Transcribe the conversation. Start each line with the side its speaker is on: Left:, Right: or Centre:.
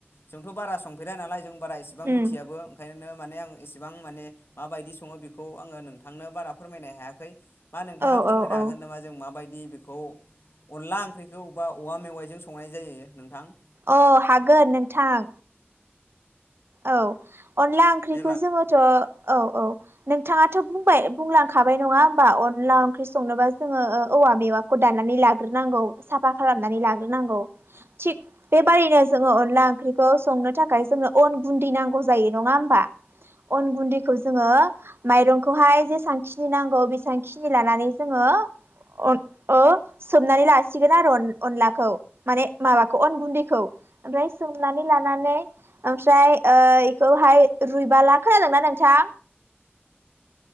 Left: जोंथ' बारा संफेरा नालाय जों बारा एसेबां
Right: उम
Left: मिथियाबो ओंखायनो माने आं इसेबां माने मा बायदि सङो बेखौ आङो नोंथांनो बारा फोरमायनो हायाखै। मा नोंथाङा
Right: औ
Left: फोरमायनोहागोन
Right: औ औ
Left: नामा जों माबायदि बेखौ अनला ओंख्रिखौ बा औवा मेवाइजों संनाय जायो नोंथां।
Right: अ हागोन नोंथां औ अनला ओंख्रिखौ
Left: देलाय
Right: जोङोथ' औ औ नोंथाङाथ' बुंबाय बुंलांखाबाय नङा होमबा अनला ओंख्रि संनोबा जोङो औवा मेवाखौ दानानै लाग्रोनांगौ साफा खालामनानै लाग्रोनांगौ थिग बेबादिनो जों जोङो अनला ओंख्रिखौ संनो थाखाय जोंनो अन गुन्दै नांगौ जायो नङा होमबा अन गुन्दैखौ जोङो माइरंखौहाय जेसेबांखिनि नांगौ बेसांखिनि लानानै जोङो ओ अन ओ सोमनानै लासिगोन आरो अन अनलाखौ माने माबाखौ अन गुन्दैखौ। ओमफ्राय सोमनानै लानानै ओमफ्राय ओ इखौहाय रुइबाला खोनादोंना नोंथां